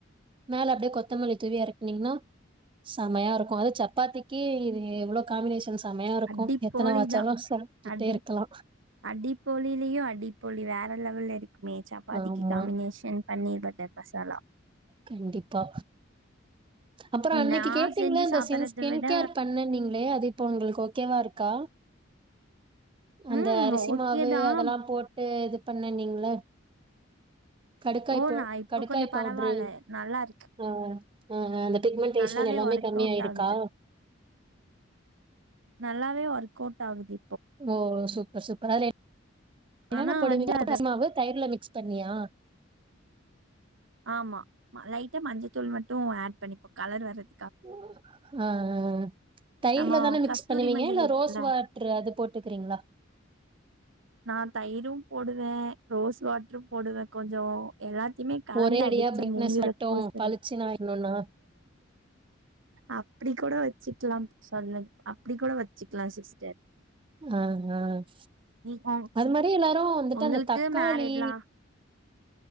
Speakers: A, on the right (about 25°); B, on the right (about 75°).
A: மேல அப்டியே கொத்தமல்லி தூவி எரக்னீங்ன்னா செமையா இருக்கு அது சப்பாத்திக்கி இவ்ளோ காமினேஷன் செமையா இருக்கு
B: அடி
A: எத்தன
B: போலி
A: வச்சாலு
B: தா
A: சாப்ட்டுட்டே
B: அடி
A: இருக்கலா
B: அடி போலிலயு அடி போலி வே ற லெவல்ல இருக்குமே சப்பாதிக்கி
A: ஆமா
B: காமினேஷன் பன்னீர் பட்டர் மசாலா
A: கண்டிப்பா அப்றோ அன்னக்கி
B: நான்
A: கேட்டீங்ள
B: செஞ்சு
A: இந்த
B: சாப்பிடறத
A: ஸின் ஸ்கின்
B: விட
A: கேர் பண்ணுனீங்ளே அது இப்போ ஒங்ளுக்கு ஓகேவா இருக்கா அந்த
B: ம்
A: அரிசி
B: ஓகேதான்
A: மாவு அதெல்லா போட்டு இது பண்ணனீங்ள கடுக்காய்
B: ஓ
A: போ
B: நான் இப்ப
A: கடுக்காய்
B: கொஞ்சம்
A: பவுட்ரு
B: பரவாயில்ல நல்லா இருக்கு
A: ஆ ஆ அந்த பிக்மெண்டேஷன்
B: நல்லாவே
A: எல்லாமே
B: ஒர்க்
A: கம்மியாயிருக்கா
B: அவுட் ஆகுது நல்லாவே ஒர்க்கோட்டாகுது
A: ஓ சூப்பர் சூப்பர் அதுல என்னென்ன
B: ஆனா
A: போடுவீங்க
B: வந்து அத
A: அரிசி மாவு தயிர்ல மிக்ஸ் பண்ணியா
B: ஆமா லைட்டா மஞ்சத்தூள் மட்டு ஆட் பண்ணிப்போ கலர் வரது
A: ஆஹ் ஆஹ் தயிர்ல
B: நம்ம
A: தான மிக்ஸ்
B: கஸ்தூரி
A: பண்ணுவீங்க
B: மஞ்சள்
A: இல்ல
B: இருக்குல்ல
A: ரோஸ் வாட்ரு அது போட்டுகுறீங்ளா
B: நா தயிரும் போடுவே ரோஸ் வாட்ரு போடுவ கொஞ்சொ எல்லாத்தையுமே கலந்து
A: ஒரே அடியா
B: அடிச்சு
A: பிரைட்னஸ்
B: மூஞ்சில
A: மட்டும்
B: பூசற
A: பளிச்சுன்னு ஆயிடணும்னா
B: அப்டி கூட வச்சிக்லாம் சொல்லு அப்டி கூட வச்சிக்லா சிஸ்டர்
A: ஆஹ் ஆஹ்
B: நீ ஒ
A: அது மாரி எல்லாரு வந்துட்டு
B: உங்களுக்கு
A: அந்த தக்காளி
B: மேரிட்லா